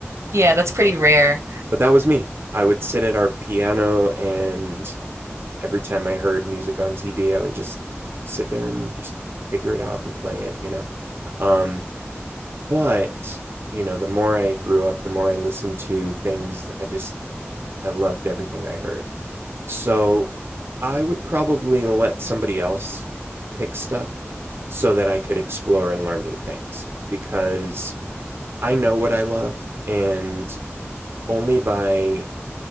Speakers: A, on the right; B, on the right.
A: Yeah, that's pretty rare.
B: But that was me. I would sit at our piano, and every time I heard music on TV, I would just sit there and just figure it out and play it, you know? Um, but, you know, the more I grew up, the more I listened to things, I just, I loved everything I heard. So I would probably let somebody else pick stuff so that I could explore and learn new things because I know what I love, and only by